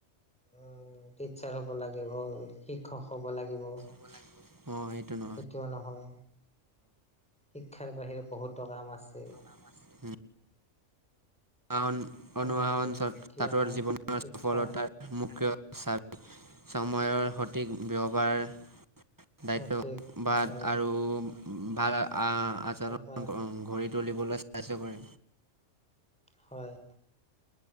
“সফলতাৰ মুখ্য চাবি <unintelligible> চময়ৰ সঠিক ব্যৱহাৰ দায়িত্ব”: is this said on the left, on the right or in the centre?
Right